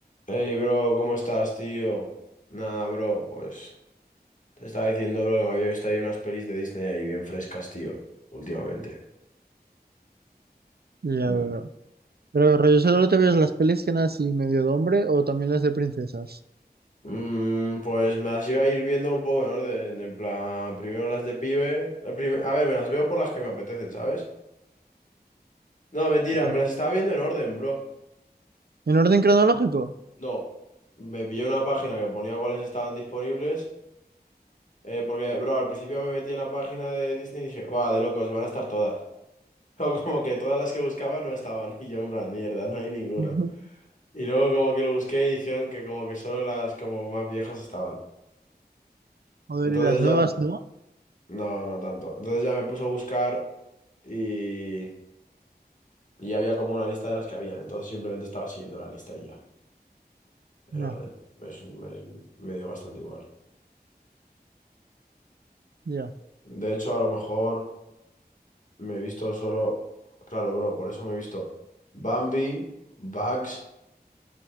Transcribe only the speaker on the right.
Ya
veo. Pero rollo ¿solo te ves las pelis que eran así medio de hombre o también las de princesas?
Sí.
¿En orden cronológico?
Ujú.
Joder,
y las nuevas,
¿no?
Ya,
ya.